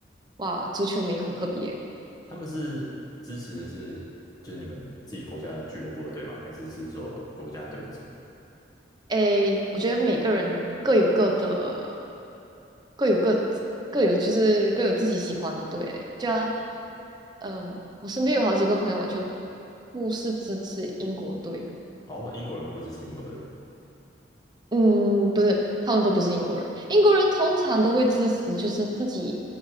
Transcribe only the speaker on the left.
他们是支持的是就是你们自己国家俱乐部的队吗？还是是说国家队那种？
哦，英国人不支持英国队，